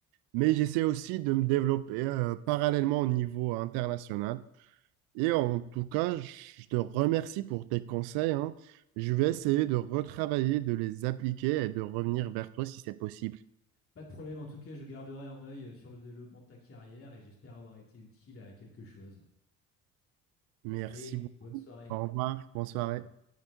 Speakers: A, on the right (about 60°); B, on the left (about 30°).
A: mais j'essaie aussi de me développer euh, parallèlement au niveau international. Et en tout cas, je te remercie pour tes conseils, hein. Je vais essayer de retravailler, de les appliquer et de revenir vers toi si c'est possible.
B: Pas de problème. En tout cas, je garderai un œil euh, sur le développement de ta carrière et j'espère avoir été utile à quelque chose.
A: Merci
B: Allez,
A: beaucoup.
B: bonne soirée.
A: Au revoir. Bonne soirée.
B: pas.